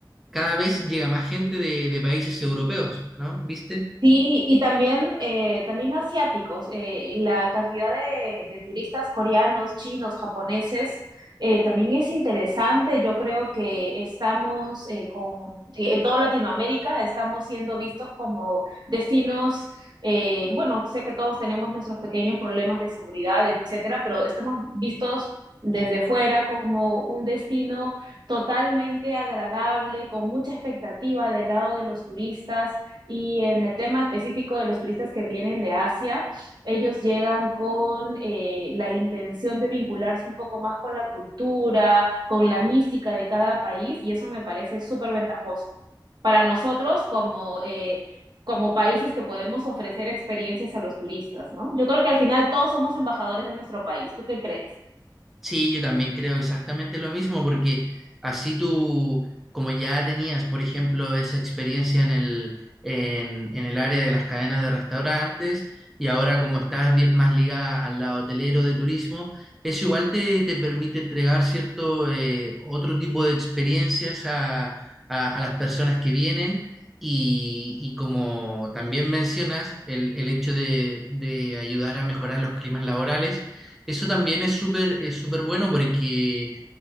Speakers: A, in the centre; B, on the right (about 65°).
A: cada vez llega más gente de, de países europeos, ¿no? ¿Viste?
B: Sí, y también, eh, también asiáticos. eh, la cantidad de, de turistas coreanos, chinos, japoneses eh, también es interesante. Yo creo que estamos eh, con eh, en toda Latinoamérica, estamos siendo vistos como destinos. eh, bueno, sé que todos tenemos nuestros pequeños problemas de seguridad, etcétera, pero estamos vistos desde fuera como un destino totalmente agradable, con mucha expectativa del lado de los turistas y en el tema específico de los turistas que vienen de Asia, ellos llegan con eh, la intención de vincularse un poco más con la cultura, con la mística de cada país, y eso me parece súper ventajoso. Para nosotros, como, eh, como países que podemos ofrecer experiencias a los turistas, ¿no? Yo creo que al final todos somos embajadores de nuestro país. ¿Tú qué crees?
A: Sí, yo también creo exactamente lo mismo, porque así tú, como ya tenías, por ejemplo, esa experiencia en el, en, en el área de las cadenas de restaurantes, y ahora como estás bien- más ligada al lado hotelero de turismo, eso igual te, te permite entregar cierto eh, otro tipo de experiencias a, a- a las personas que vienen. Y, y como también mencionas, el, el hecho de, de ayudar a mejorar los climas laborales eso también es súper es súper bueno porque